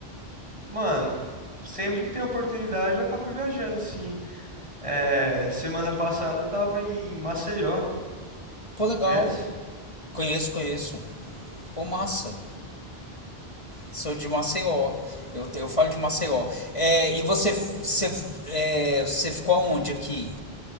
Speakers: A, on the right (about 30°); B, on the left (about 30°).
A: Mano, sempre que tem oportunidade eu acabo viajando, sim. É, semana passada eu tava em Maceió,
B: Pô, legal.
A: conhece?
B: Conheço, conheço. Pô, massa. Sou de Maceió. Eu, te- eu falo de Maceió. É, e você, você, é, você ficou aonde aqui?